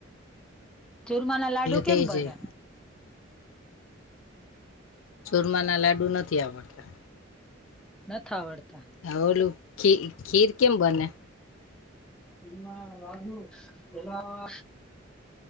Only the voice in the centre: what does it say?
ચુરમા ના લાડુ
કેમ
બને.
નથ આવડતા
એમાં રાુ એલા